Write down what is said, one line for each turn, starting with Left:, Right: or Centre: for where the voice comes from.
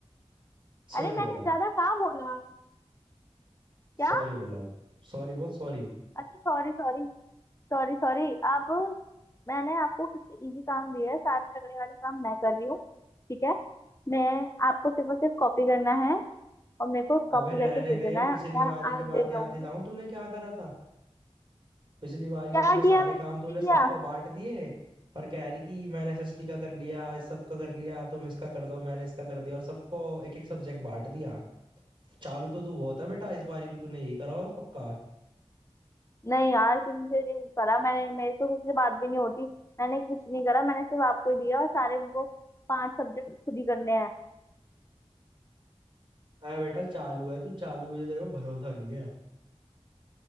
Right: सॉरी
Left: अरे मैंने
Right: बोला
Left: ज्यादा कहाँ बोला क्या
Right: सॉरी बोला सॉरी बोल सॉरी
Left: अच्छा सॉरी सॉरी सॉरी सॉरी आप मैंने आपको सबसे इजी काम दिया है सारे तगड़े वाले काम मैं कर रही हूँ ठीक है मैं आपको सिर्फ और सिर्फ कॉपी करना है और मेरे को कॉपी
Right: अबे रहने
Left: करके दे
Right: दे
Left: देना
Right: पिछली
Left: है मैं
Right: बारी
Left: आज
Right: की बात
Left: दे जाऊंगी
Right: याद दिलाऊं तूने क्या करा था पिछली बारी
Left: क्या
Right: अपने
Left: किया
Right: सारे
Left: मैंने
Right: काम
Left: कुछ
Right: तूने
Left: नहीं किया
Right: सबको बांट दिए और कह रही कि मैंने एसएसटी का कर लिया इस सब का कर लिया तुम इसका कर दो मैंने इसका कर दिया और सबको एक एक सब्जेक्ट बांट दिया चालू तो तू बहुत है बेटा इस बारी भी तूने यही करा होगा पक्का
Left: नहीं यार किसी से नहीं करा मैंने मेरी तो किसी से बात भी नहीं होती मैंने कुछ नहीं करा मैंने सिर्फ आपको ही दिया और सारे मेरे को पांच सब्जेक्ट खुद ही करने हैं
Right: है बेटा चालू है तू चालू मुझे तेरे को भरोसा नहीं है